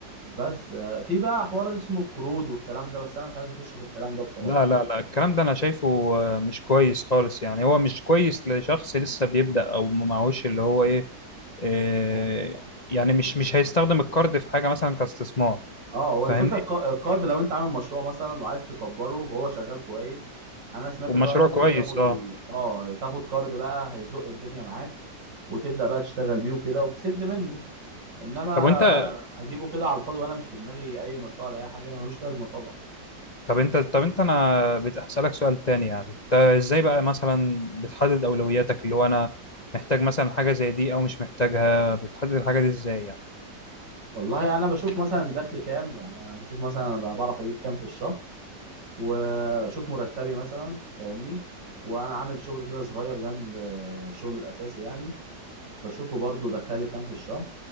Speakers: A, on the right (about 80°); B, on the left (about 35°).
A: بس آه، في بقى حوار اللي اسمه القروض والكلام ده بس انا مش عايز اخش في الكلام ده بصراحة
B: لا لا لا الكلام ده انا شايفه آه، مش كويس خالص يعني هو مش كويس لشخص لسه بيبدأ او ما معهوش اللي هو ايه آه،
A: يعني
B: يعني مش مش هيستخدم الكارد في حاجة مثلا كاستثمار
A: اه هو الفكره
B: فاهمني
A: الق- القرض لو انت عامل مشروع مثلا وعايز تكبره وهو شغال كويس انا سمعت
B: ومشروع
A: اللي هو ممكن
B: كويس
A: تاخد ال...
B: اه
A: اه تاخد قرض بقى هيزق الدنيا معاك وتبدا بقى تشتغل بيه وكده وتسد منه انما
B: طب وانت
A: اجيبه كده على الفاضي وانا مش في دماغي اي مشروع ولا اي حاجه ملوش لازمه طبعا
B: طب انت طب انت انا بسألك سؤال تاني يعني انت ازاي بقى مثلا بتحدد اولوياتك اللي هو انا محتاج مثلا حاجة زي دي او مش محتاجها بتحدد الحاجة دي ازاي يعني
A: والله انا بشوف مثلا دخل كام يعني انا بشوف مثلا انا بقى بعرف اجيب كام في الشهر واشوف مرتبي مثلا فاهمني وانا عامل شغل كده صغير جنب الشغل الاساسي يعني بشوفه برضو دخل لي كام في الشهر